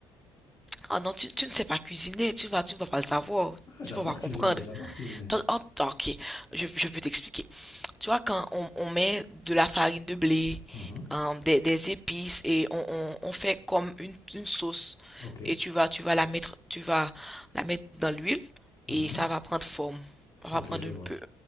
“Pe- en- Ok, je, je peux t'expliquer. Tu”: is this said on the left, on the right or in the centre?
Centre